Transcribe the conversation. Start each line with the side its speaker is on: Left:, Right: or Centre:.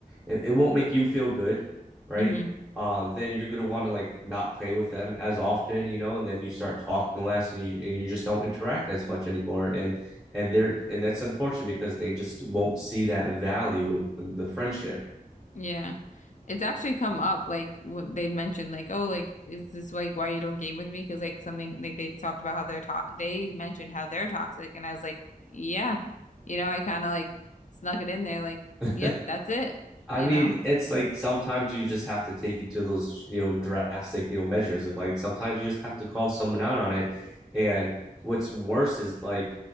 Centre: it, it won't make you feel good, right?
Left: hmm
Centre: Uh, then you're going to want to like not play with them as often, you know, and then you start talking less and you, and you just don't interact as much anymore. And and they're and that's unfortunate because they just won't see that value in the friendship.
Left: Yeah. It's actually come up like what they've mentioned like oh like is this like why you don't game with me? Because like something like they talked about how they're to they mentioned how they're toxic and I was like yeah you know I kind of like snuck it in there like
Centre: <laughs>
Left: yep that's it
Centre: I
Left: you
Centre: mean,
Left: know
Centre: it's like sometimes you just have to take it to those, you know, drastic, you know, measures of like sometimes you just have to call someone out on it. And what's worse is like